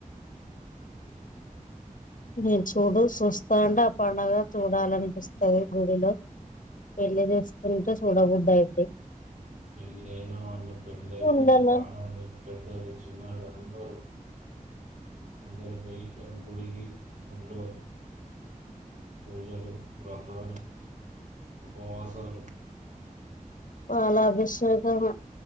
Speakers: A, on the left (about 65°); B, on the right (about 60°).
A: మీరు చూడు చూస్తా అంటే ఆ పడుగ చూడాలనిపిస్తది గుడిలో వెళ్లి చూస్తుంటే చూడబుద్ధి అయిది
B: పెళ్ళ అయిన వాళ్ళు పెళ్ళ
A: ఉండాల
B: పెళ్లి కానళ్ళ పెద్దలు చిన్నాలు ఉందరు అందరూ పోయి గుడికి గూలో పూజలు వ్రతాలు ఉపవాసాలు
A: పాల అభిషేకమా